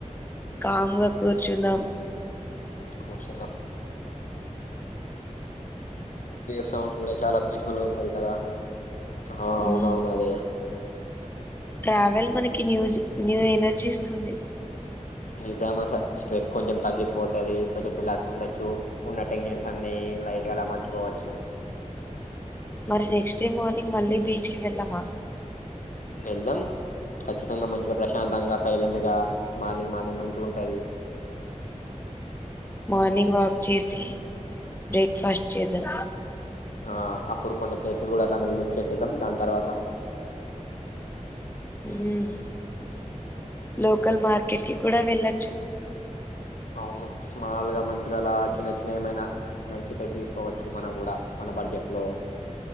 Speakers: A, on the left; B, on the left.
A: కామ్గా కూర్చుందాం
B: కూచుందాం బేఫ్ సౌండ్స్ కూడా చాలా పీస్ఫుల్గా ఉంటది కదా అఆ అవునవును
A: మ్మ్
B: అదే
A: ట్రావెల్ మనకి న్యూజ్ న్యూ ఎనర్జీ ఇస్తుంది
B: నిజామ్ అసల్ స్ట్రెస్ కొంజెం తగ్గిపోతాది కొంచెం రిలాక్స్ ఉండొచ్చు ఉన్న టెన్షన్స్ అన్ని లైట్ గ అలా మర్చిపోవచ్చు
A: మరి నెక్స్ట్ డే మార్నింగ్ మళ్ళీ బీచ్క్ వెళ్ళమా
B: వెళ్దాం ఖచ్చితంగా మంచిగా ప్రశాంతంగా సైలెంట్ గా మార్నింగ్ మార్నింగ్ మంచి ఉంటుంది
A: మార్నింగ్ వాక్ చేసి బ్రేక్ఫాస్ట్ చేద్దాం
B: ఆ అప్పుడు కొన్ని ప్లేసెస్ గూడా అట్లానే విజిట్ చేసేద్దాం దాన్ తర్వాత
A: ఉమ్ లోకల్ మార్కెట్కి కూడా వెళ్ళొచ్చు
B: అవును స్మాల్గా మంచిగా అలా చిన్న చిన్న ఏమైనా మంచితే తీసుకోవచ్చు మనం కూడా మన బడ్జెట్ లో